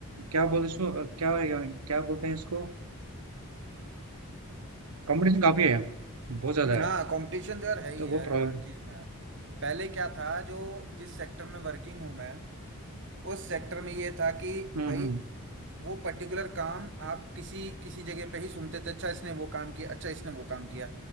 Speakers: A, on the right; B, on the right.
A: क्या बोलते इसको क्या क्या बोलते हैं इसको कंपटीशन काफी है बहुत ज्यादा
B: हम्म, हाँ
A: है
B: कंपटीशन तो यार है ही
A: तो वो
B: हर
A: प्रॉब्लम
B: हर चीज़ में है पहले क्या था जो जिस सेक्टर में वर्किंग हूँ मैं उस सेक्टर में ये था कि
A: हम्म
B: भाई वो पर्टिकुलर काम आप किसी किसी जगह पे ही सुनते थे अच्छा इसने वो काम किया अच्छा इसने वो काम किया